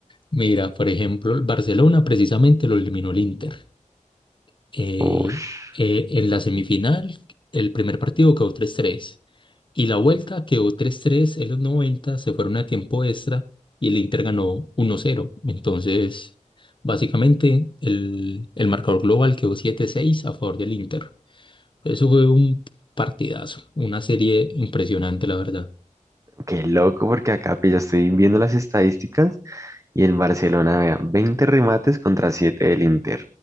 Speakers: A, on the left; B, on the right.
A: Mira, por ejemplo, el Barcelona precisamente lo eliminó el Inter. Eh,
B: Ush,
A: eh, en la semifinal, el primer partido quedó tres tres y la vuelta quedó tres tres. en los 90 se fueron a tiempo extra y el Inter ganó uno cero. Entonces, básicamente, el, el marcador global quedó siete seis a favor del Inter. Eso fue un partidazo, una serie impresionante, la verdad.
B: qué loco, porque acá pues, ya estoy viendo las estadísticas Y el Barcelona, vea, 20 remates contra siete del Inter